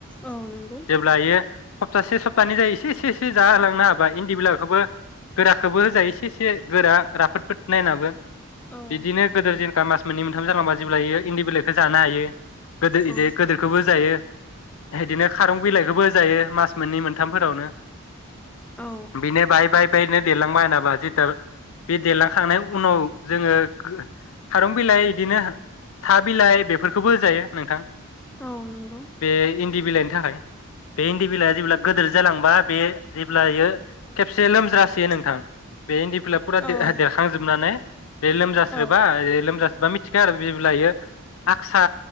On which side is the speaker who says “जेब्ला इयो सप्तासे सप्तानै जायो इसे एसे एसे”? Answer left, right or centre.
Left